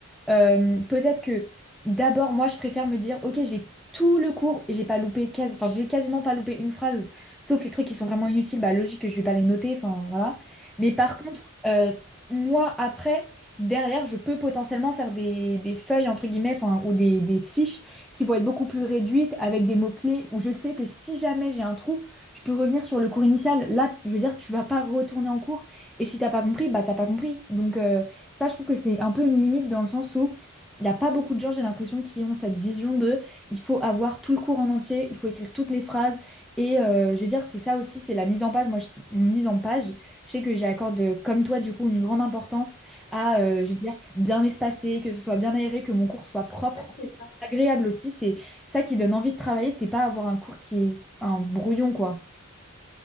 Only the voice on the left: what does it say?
ouais,
c'est
ça.